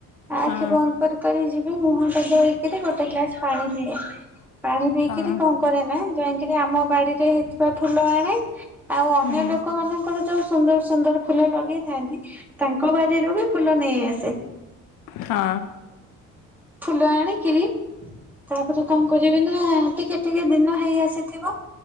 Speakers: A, on the left; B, in the centre.
A: ହଁ
B: ଆଖି ବନ୍ଦ କରି କରି ଯିବି, ମୁହଁ ଟା ଧୋଇକିରି ଗୋଟେ ଗ୍ଲାସ ପାଣି ପିଇବି, ପାଣି ପିଇକିରି
A: ହଁ
B: କଣ କରେ ନା, ଯାଇକିରି ଆମ ବାଡିରେ ହେଇଥିବା ଫୁଲ ଆଣେ, ଆଉ ଅନ୍ୟ
A: ହୁଁ
B: ଲୋକ ମାନ ଙ୍କର ଯୋଉ ସୁନ୍ଦର ସୁନ୍ଦର ଫୁଲ ଲଗେଇଥାନ୍ତି ତାଙ୍କ ବାାରିରୁ ବି ଫୁଲ ନେଇ ଆସେ।
A: ହଁ।
B: ଫୁଲ ଆଣିକିରି ତାପରେ କଣ କରିବି ନା ଟିକେ ଟିକେ ଦିନ ହେଇ ଆସିଥିବ